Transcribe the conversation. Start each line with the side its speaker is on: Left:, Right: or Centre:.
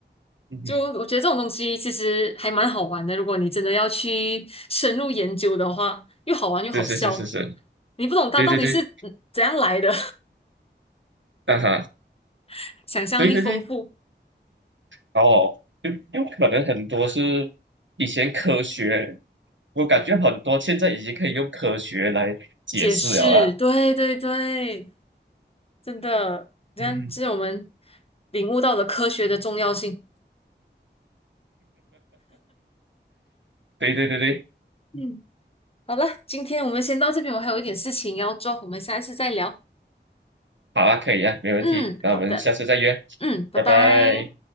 Right: <laughs> 嗯哼，
Left: 就我觉得这种东西其实还蛮好玩的，如果你真的要去深入研究的话，又好玩又好笑。
Right: 是是是是是，
Left: 你不懂它到底是嗯怎样来的，
Right: 对对对，啊哈，
Left: <laughs> 想象力丰富，
Right: 对对对，哦，就有可能很多是以前科学，我感觉很多现在已经可以用科学来解释了啦。
Left: 解释，对对对，真的，你看，
Right: 嗯，
Left: 这是我们领悟到了科学的重要性。
Right: 对对对对，
Left: 嗯，好了，今天我们先到这边，我还有一点事情要做，我们下一次再聊。
Right: 好啊，可以啊，没问题，
Left: 嗯，
Right: 那我们下次再约，
Left: 好的，嗯，拜拜。
Right: 拜拜。